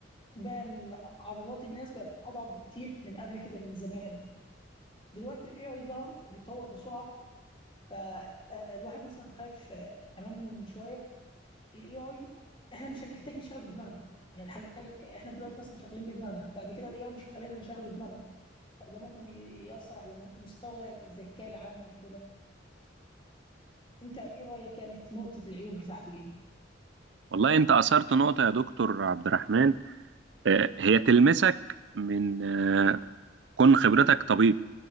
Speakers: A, on the left; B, on the right.
A: بقى ال- عضلات الناس بقت اضعف بكتير من قبل كده من زمان دلوقتي الاي اي ظهر وبيتطور بسرعه فالواحد مثلا خايف آه، كمان شويه الاي اي احنا مش هنحتاج نشتغل بدماغنا انا الحاجه اللي ك- احنا دلوقتي مثلا شغالين بدماغنا بعد كده الاي اي مش هيخلينا نشتغل بدماغنا ده ممكن ياثر على م- مستوى الذكاء العام وكده انت ايه رايك يعني في نقطه العيوب بتاعته دي
B: والله انت اثرت نقطه يا دكتور عبد الرحمن آه، هي تلمسك من آه، كون خبرتك طبيب